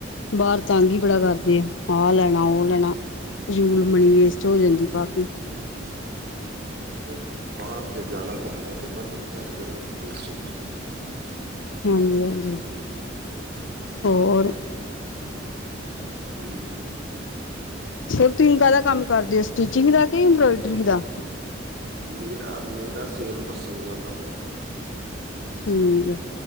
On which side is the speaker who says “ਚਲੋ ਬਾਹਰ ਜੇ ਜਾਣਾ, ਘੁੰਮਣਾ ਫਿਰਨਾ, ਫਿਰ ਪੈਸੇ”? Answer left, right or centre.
Right